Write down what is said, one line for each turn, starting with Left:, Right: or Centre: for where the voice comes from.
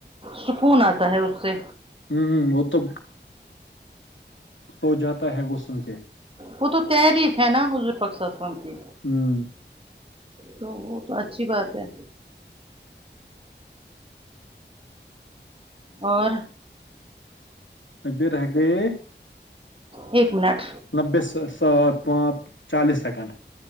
Right: سکون آتا ہے اس سے
Left: ہوں وہ تو سو جاتا ہے وہ سن کے
Right: وہ تو تحریف ہے نا حضو ر صلح اللہ وسلم کی
Left: ہم،
Right: تو وہ تو اچھی بات ہے اور
Left: تے رہ گۓ
Right: ایک منٹ
Left: نوے سا سات پانچ چالیس سیکنڈ